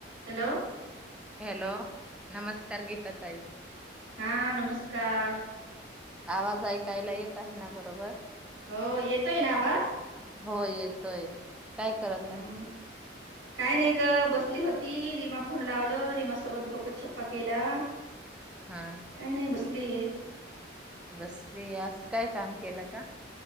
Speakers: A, on the right; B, in the centre.
A: Hello
B: hello. नमस्कार गीता ताई.
A: हा नमस्कार.
B: आवाज ऐकायला येत आहे ना बरोबर.
A: हो येतोय ना आवाज?
B: हो येतोय काय करत
A: हा
B: आहे.
A: काय नाही ग बसली होती. रीमा फोन लावलो. रीमा सोबत गप्पा छप्पा केला.
B: हा
A: काय नाही बसली ये.
B: बसली आज काय काम केलं का.